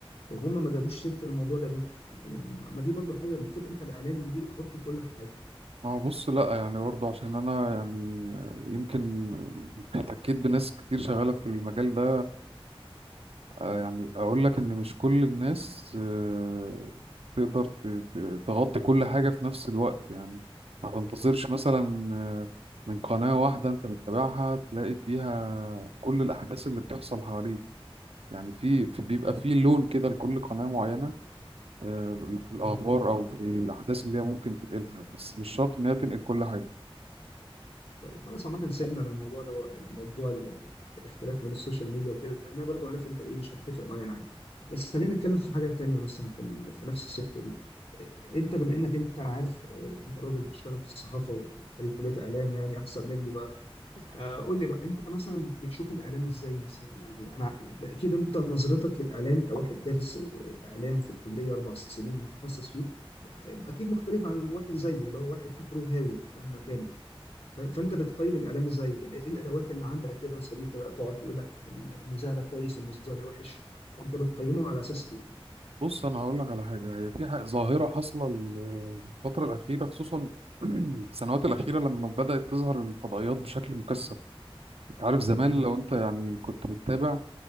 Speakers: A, on the left; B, on the right.
A: طب هم ما جابوش سيره الموضوع ده ليه؟ يعني ما ما دي برضو حاجه المفروض انت الاعلام يجي يغطي كل حاجه
B: ما هو بص لا يعني برضه عشان انا يعني يمكن احتكيت بناس كتير شغالة في المجال ده آه، يعني اقول لك ان مش كل الناس آه، تقدر ت- ت- تغطي كل حاجة في نفس الوقت يعني ما تنتظرش مثلا آه، من قناة واحدة انت بتتابعها تلاقي فيها كل الاحداث اللي بتحصل حواليك يعني في في- بيبقى
A: مم.
B: في لون كده لكل قناة معينة آه، في الاخبار
A: اه
B: او في الاحداث اللي هي ممكن تنقلها بس مش شرط ان هي تنقل كل حاجة
A: طيب خلاص عامه سيبنا من الموضوع ده موضوع ال- الاختلاف بين السوشيال ميديا وكده انا برضو عارف انت ايه مش هتفق معايا انا عارف بس خلينا نتكلم في حاجه تانية مثلا في ال- في نفس السكه دي انت بما انك انت انا عارف آه، انت راجل بتشتغل في الصحافه وخريج كليه اعلام يعني احسن مني آه، قول لي بقى انت مثلا بتشوف الاعلام ازاي مثلا يعني انا اكيد انت نظرتك للاعلام كواحد دارس اعلام في الكليه اربع سنين ومتخصص فيه اكيد مختلف عن واحد زيي اللي هو واحد اخره هاوي مهما كان يعني ف- فانت بتقيم الاعلام ازاي ايه الادوات اللي عندك كده يا صديقي بقى تقعد تقول لا المذيع ده كويس المذيع ده وحش انت بتقيمه على اساس ايه
B: بص انا هقول لك على حاجه هي في ح- ظاهره حاصله ال- الفتره الاخيره خصوصا <clears throat> السنوات الاخيره لما بدات تظهر الفضائيات بشكل مكثف انت عارف زمان
A: امم
B: لو انت يعني كنت بتتابع